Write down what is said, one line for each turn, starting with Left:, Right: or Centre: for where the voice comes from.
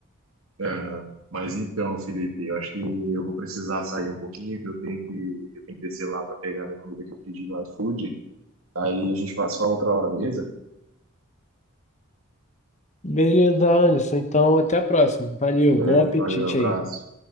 Right: aham. mas então, Felipe, eu acho que eu vou precisar sair um pouquinho, que eu tenho que, eu tenho que descer lá para pegar minha comida que eu pedi lá no iFood. Aí a gente fa- se fala outra hora, beleza?
Left: Beleza, Alisson. Então, até a próxima. Valeu,
Right: É,
Left: bom apetite
Right: Valeu, abraço.
Left: aí.